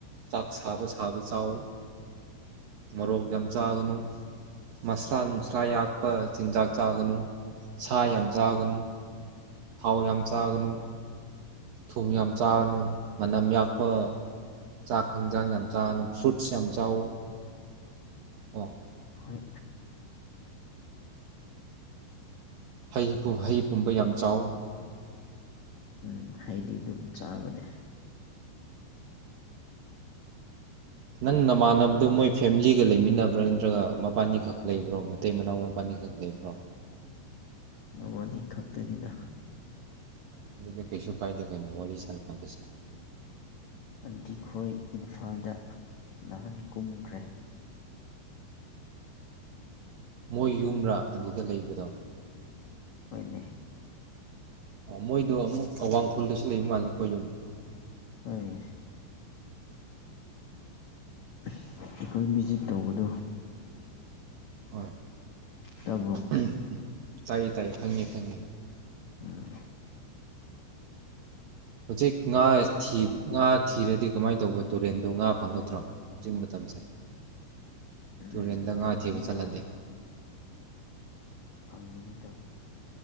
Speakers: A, on the right; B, on the left.
A: ꯆꯥꯛ ꯁꯥꯕ ꯁꯥꯕ ꯆꯥꯎ, ꯃꯣꯔꯣꯛ ꯌꯥꯝ ꯆꯥꯒꯅꯨ, ꯃꯥꯁ꯭ꯂꯥ ꯅꯨꯡꯁ꯭ꯂꯥ ꯌꯥꯛ ꯄꯥ ꯆꯤꯟꯖꯛ ꯆꯥꯒꯅꯨ ꯁꯥ ꯌꯥꯝ ꯆꯥꯒꯅꯨ ꯊꯥꯎ ꯌꯥꯝ ꯆꯥꯒꯅꯨ, ꯊꯨꯝ ꯌꯥꯝ ꯆꯥꯒꯅꯨ, ꯃꯅꯝ ꯌꯥꯛꯄ ꯆꯥꯛ ꯍꯦꯟꯖꯥꯡ ꯌꯥꯝ ꯆꯥꯒꯅꯨ, ꯐ꯭ꯔꯨꯠꯁ ꯌꯥꯝ ꯆꯥꯋꯣ ꯀꯣ꯫
B: ꯍꯣꯏ
A: ꯍꯩ ꯀꯨꯝꯍꯩ ꯄꯨꯝꯕ ꯌꯥꯝ ꯆꯥꯎ
B: ꯎꯝ ꯑꯩꯩꯗꯤ ꯑꯗꯨꯝ ꯆꯥꯕꯅꯦ
A: ꯅꯪ ꯅꯃꯥꯟꯅꯕꯗꯣ ꯃꯣꯏ ꯐꯦꯃꯤꯂꯤꯒ ꯂꯩꯃꯤꯟꯅꯕ꯭ꯔꯥ ꯅꯠꯇ꯭ꯔꯒ ꯃꯄꯥꯅꯤꯈꯛ ꯂꯩꯕ꯭ꯔꯣ ꯃꯇꯩ ꯃꯅꯥꯎ ꯃꯄꯥꯅꯤꯈꯛ ꯂꯩꯕ꯭ꯔꯣ
B: ꯃꯕꯥꯅꯤ ꯈꯛꯇꯅꯤꯅ
A: ꯑꯗꯨꯗꯤ ꯀꯩꯁꯨ ꯀꯥꯏꯗꯦ ꯀꯩꯅꯣ ꯋꯥꯔꯤ ꯁꯥꯟꯅꯕꯁꯦ
B: ꯑꯟꯇꯤꯈꯣꯏ ꯏꯝꯐꯥꯜꯗ ꯅꯍꯥꯟ ꯀꯨꯝꯈ꯭ꯔꯦ
A: ꯃꯣꯏ ꯌꯨꯝ꯭ꯔꯥ ꯑꯗꯨꯗ ꯂꯩꯕꯗꯣ
B: ꯑꯣꯏꯅꯤ
A: ꯃꯣꯏꯗꯣ ꯑꯃꯨꯛ ꯑꯋꯥꯡꯈꯨꯜꯗꯁꯨ ꯂꯩꯕ ꯃꯥꯜꯂꯦꯀꯣ ꯌꯨꯝ
B: ꯍꯣꯏ ꯑꯩꯈꯣꯏ ꯚꯤꯖꯤꯠ ꯇꯧꯕꯗꯣ
A: ꯍꯣꯏ
B: ꯇꯥꯕ꯭ꯔꯣ
A: ꯎꯝ ꯎꯝ ꯇꯥꯏꯌꯦ ꯇꯥꯏꯌꯦ ꯈꯪꯉꯦ ꯈꯪꯉꯦ
B: ꯎꯝ
A: ꯍꯧꯖꯤꯛ ꯉꯥ ꯉꯥ ꯊꯤꯔꯗꯤ ꯀꯃꯥꯏꯅ ꯇꯧꯕ ꯇꯨꯔꯦꯟꯗꯣ ꯉꯥ ꯐꯪꯒꯗ꯭ꯔꯣ ꯍꯧꯖꯤꯛ ꯃꯇꯝꯁꯦ
B: ꯎꯝ
A: ꯇꯨꯔꯦꯟꯗ ꯉꯥ
B: ꯐꯪꯒꯅꯤꯗ
A: ꯊꯤꯕ ꯆꯠꯂꯗꯦ
B: ꯐꯪ ꯃꯤ